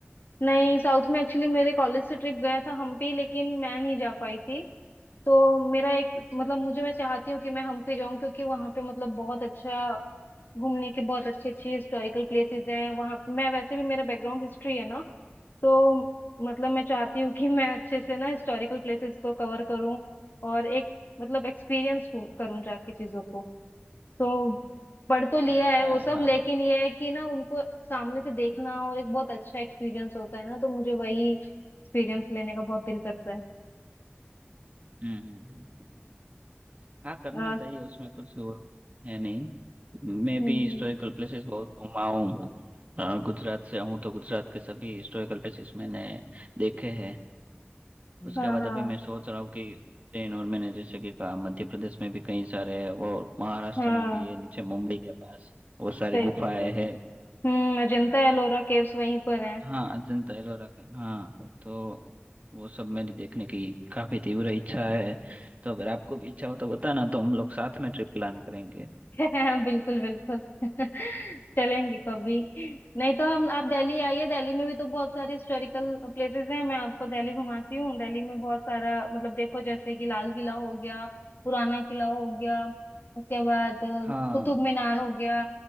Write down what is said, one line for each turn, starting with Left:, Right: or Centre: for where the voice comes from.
Left: नहीं साउथ में एक्चुअली मेरे कॉलेज से ट्रिप गया था हम्पी लेकिन मैं नहीं जा पाई थी तो मेरा एक
Right: अच्छा
Left: मतलब मुझे मैं चाहती हूँ कि मैं हम्पी जाऊँ क्योंकि वहां पे मतलब बहुत अच्छा घूमने के बहुत अच्छी अच्छी हिस्टोरिकल प्लेसेस हैं वहां मैं वैसे भी मेरा बैकग्राउंड हिस्ट्री है ना तो मतलब मैं चाहती हूँ कि मैं अच्छे से ना हिस्टोरिकल प्लेसेस को कवर करूँ और एक मतलब एक्सपीरियंस करूँ जाके चीजों को तो पढ़ तो
Right: अच्छा
Left: लिया
Right: ऐसा
Left: है वो
Right: है
Left: सब
Right: हाँ
Left: लेकिन
Right: हाँ,
Left: ये है कि ना उनको सामने से देखना और एक बहुत अच्छा एक्सपीरियंस होता है ना तो मुझे वही एक्सपीरियंस लेने का बहुत दिल करता है
Right: हम्म हम्म हम्म। हाँ करना
Left: हाँ
Right: चाहिए उसमें कुछ वो है नहीं मैं
Left: हम्म
Right: भी हिस्टोरिकल प्लेसेस बहुत घूमा हूँ अ, गुजरात से हूँ तो गुजरात के सभी हिस्टोरिकल प्लेसेस मैंने देखे हैं
Left: हम्म,
Right: उसके
Left: हाँ
Right: बाद
Left: हाँ
Right: अभी मैं सोच रहा हूँ कि उज्जैन और मैंने जैसे कि कहा मध्य प्रदेश में भी कई सारे है और महाराष्ट्र
Left: हाँ
Right: में भी है नीचे मुंबई के पास वो सारी
Left: सही सही
Right: गुफाएं
Left: कह रहे
Right: है
Left: हो हम्म अजंता एलोरा केव्स वहीं पर है
Right: हाँ अजंता एलोरा के हाँ तो वो सब मेरी देखने की काफी तीव्र इच्छा है तो अगर आपको भी इच्छा हो तो बताना तो हम लोग साथ में ट्रिप प्लान करेंगे
Left: <laughs> बिल्कुल बिल्कुल <laughs> चलेंगे कभी नहीं तो हम आप दिल्ली आइए दिल्ली में भी तो बहुत सारी हिस्टोरिकल प्लेसेस हैं मैं आपको दिल्ली घुमाती हूँ दिल्ली में बहुत सारा मतलब देखो जैसे कि लाल किला हो गया पुराना किला हो गया उसके बाद अ,
Right: हाँ
Left: कुतुब मीनार हो गया